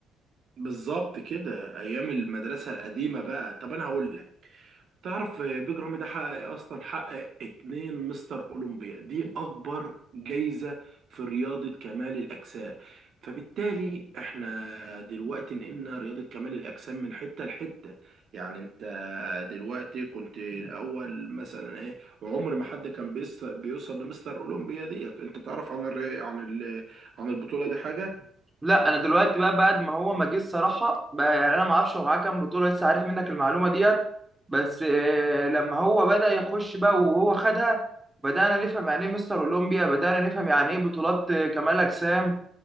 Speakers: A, on the right (about 50°); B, on the right (about 15°).
A: بالظبط كده ايام المدرسه القديمه بقى طب انا هقول لك تعرف بيج رامي ده حقق إيه اصلا حقق اتنين مستر اولمبيا دي اكبر جايزه في رياضه كمال الاجسام فبالتالي احنا دلوقتي نقلنا رياضه كمال الاجسام من حته لحته يعني انت دلوقتي كنت الاول مثلا ايه عمر ما حد كان بيص- بيوصل لمستر اولمبيا دي انت تعرف عن الر- عن ال- عن البطوله دي حاجه
B: لا انا دلوقتي بقى بعد ما هو ما جه الصراحه بقى يعني انا ما اعرفش هو معاه كام بطوله لسه عارف منك المعلومه ديت بس آه، لما هو بدا يخش بقى وهو خدها بدانا نفهم يعني ايه مستر اولمبيا بدانا نفهم يعني ايه بطولات آه، كمال اجسام